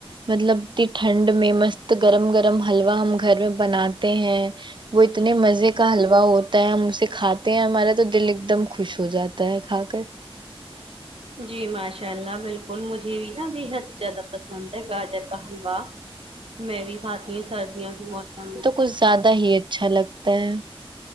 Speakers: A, on the right; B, on the right.
A: مطلب کہ ٹھنڈ میں مست گرم گرم حلوا ہم گھر میں بناتے ہیں وہ اتنے مزے کا حلوا ہوتا ہے ہم اسے کھاتے ہیں ہمارا تو دل ایک دم خوش ہو جاتا ہے کھا کر
B: جی ماشاء اللہ بالکل مجھے بھی نا بےحد ہی زیادہ پسند ہے گاجر کا حلوا میں بھی کھاتی ہوں سردیوں کے موسم میں
A: کچھ زیادہ ہی اچھا لگتا ہے